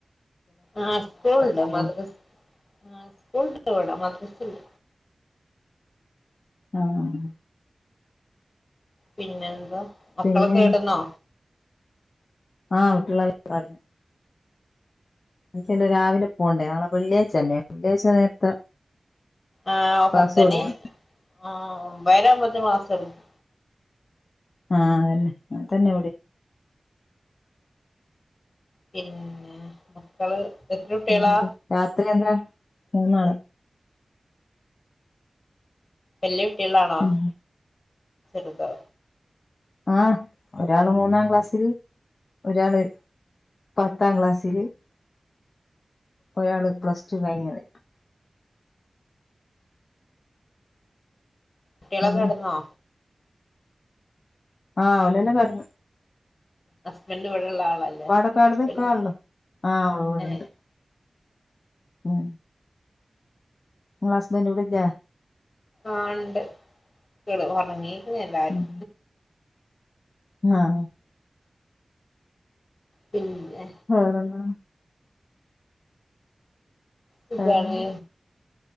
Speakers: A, on the left; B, on the left.
A: ആഹ് സ്കൂൾ ഇണ്ട്
B: സ്കൂള്
A: മദ്രസ് ആ സ്കൂൾ ഇണ്ട് ഇവിടെ മദ്രസ് ഇല്ല
B: ആഹ്
A: പിന്നെ എന്താ മക്കളൊക്കെ
B: പിന്നെ
A: കേടന്നോ?
B: ആഹ് കുട്ടി <unintelligible> കടന്ന് എനിക്ക് രാവിലെ പോണ്ടേ നളെ വെള്ളിയാഴ്ചല്ലേ വെള്ളിയഴ്ച നേരത്തെ
A: ആഹ്
B: ക്ലാസ്
A: പത്തണി
B: തുടങ്ങും
A: ആഹ് ഒമ്പര ആവൊമ്പോതിന് ക്ലാസ്സ് തുടങ്ങും
B: ആഹ് അതന്നെ അങ്ങനെതന്നെ ഇവടീം
A: പിന്നെ മക്കള് എത്ര കുട്ടികളാ?
B: പിന്നെന്താ രാത്രി എന്താ മൂന്നാള്.
A: വല്യ കുട്ടികളാണോ
B: ഉം
A: ചെറുതോ?
B: ആഹ് ഒരാള് മൂന്നാം ക്ലാസ്സിൽ ഒരാള് പത്താം ക്ലാസ്സില് ഒരാള് പ്ലസ് ടു കഴിഞ്ഞത്
A: കുട്ടികളൊക്കെ
B: അങ്ങനെ
A: കടന്നോ
B: ആഹ് ഓല്എല്ലാം കടന്ന്
A: ഹസ്ബൻഡ് ഇവടെള്ള ആളല്ലേ
B: ഇവടക്കട
A: ഹസ്ബൻഡ്
B: നിക്കാണല്ലോ ആഹ് ഇവടുണ്ട്
A: ഏ
B: ഉം ഇങ്ങളെ ഹസ്ബന്റ് ഇവടെ ഇല്ലേ
A: ആഹ് ഇണ്ട് കേട ഒറങ്ങീക്ക്ണ് എല്ലാരും
B: ഉം ആഹ്
A: പിന്നെ
B: വേറെന്നാ
A: സുഖാണ്
B: വേറെന്ത്